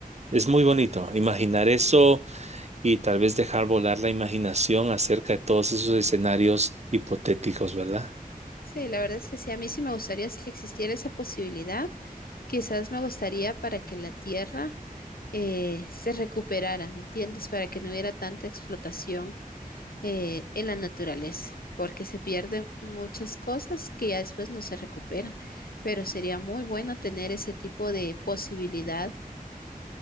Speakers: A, on the right; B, on the left.
A: es muy bonito imaginar eso y tal vez dejar volar la imaginación acerca de todos esos escenarios hipotéticos, ¿verdad?
B: sí, la verdad es que sí, a mí sí me gustaría si existiera esa posibilidad. Quizás me gustaría para que la tierra eh, se recuperara, ¿me entiendes? Para que no hubiera tanta explotación eh, en la naturaleza, porque se pierden muchas cosas que ya después no se recuperan. Pero sería muy bueno tener ese tipo de posibilidad